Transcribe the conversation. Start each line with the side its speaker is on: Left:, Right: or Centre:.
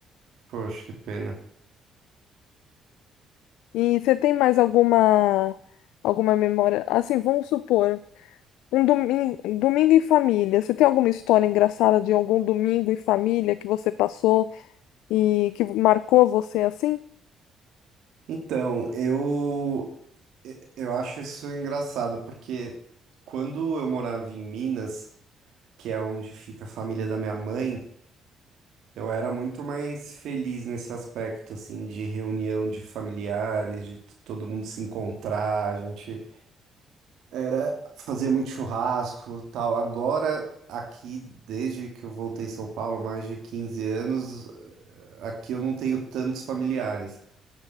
Right: Poxa, que pena.
Left: E você tem mais alguma, alguma memória? Assim, vamos supor, um domingo, domingo em família. Você tem alguma história engraçada de algum domingo em família que você passou? e que marcou você assim?
Right: Então, eu, eu acho isso engraçado, porque quando eu morava em Minas, que é onde fica a família da minha mãe, Eu era muito mais feliz nesse aspecto, assim, de reunião de familiares, de t- todo mundo se encontrar, a gente era fazia muito churrasco, tal. Agora aqui, desde que eu voltei em São Paulo, mais de 15 anos, eh, aqui eu não tenho tantos familiares,